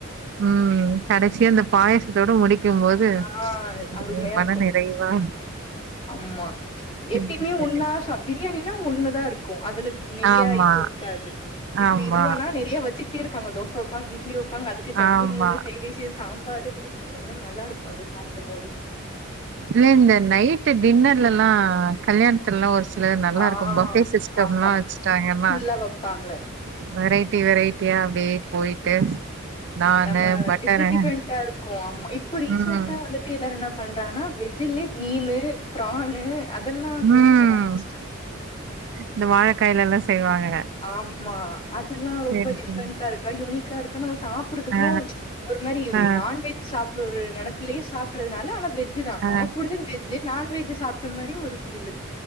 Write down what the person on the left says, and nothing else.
ஆ
அருமையா
இருக்கு
ஆமா எப்பையுமே
ஒன்னா ச பிரியாணின்னா ஒன்னுதா இருக்கு அதுல நெறையா
இது இருக்காது இப்ப
இதுவானா நெறைய வச்சு ட்டி இருப்பாங்க தோச வப்பாங் இட்லி வப்பாங் அதுக்கு சட்னி
மூனு சைடிஸ் சாம்பாரு அந்த மேர் நல்லா இருக்கு அது சாப்டு போது
ஆ
ஆமா
ஃபுல்லா வப்பாங்க
நம்ம
டிஃப்ரெண்ட் டிஃப்ரெண்டா இருக்கு ஆமா இப்போ ரீசெண்டா
வந்துட் டு எல்லார் என்ன பண்றாங்கன்னா வெஜ்லயே மீனு ஃபிரானு அதெல்லா
கொண்டு
வர ஆரம்பிச்டாங்க
ஆமா அதெல்லா ரொம்ப
டிஃப்ரெண்ட்டா
இருக்கா யுனிக்கா இருக்கு நம்ம சாப் சாப்புறதுக்கு
ஒரு மாரி
நான்வெஜ் சாப்புற ஒரு நெனப்புலயே சாப்டறதுனால ஆன வெஜ் தா
நமக்கு புடிச்சது வெஜ்ஜு நான் வெஜ்ஜு சாப்ட மாரியு ஒரு ஃபீலு